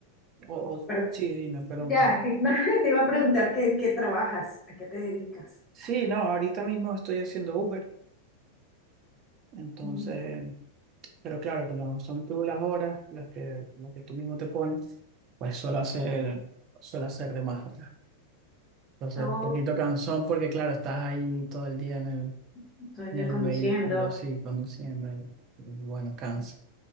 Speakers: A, on the right; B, on the left.
A: o, o-
B: Pero
A: sí, dime, perdón.
B: ya,
A: que-
B: que, <laughs> no, te iba a preguntar qué, qué trabajas, a qué te dedicas.
A: Sí, no, ahorita mismo estoy haciendo Uber. Entonces,
B: Mm,
A: pero claro, como son tú las horas las que, las que tú mismo te pones, pues suelo hacer, suelo hacer de más horas. Entonces,
B: Ok,
A: un poquito cansón porque claro, estás ahí todo el día en el,
B: estoy
A: en
B: ya
A: el
B: conduciendo.
A: vehículo, así, conduciendo y, y bueno, cansa.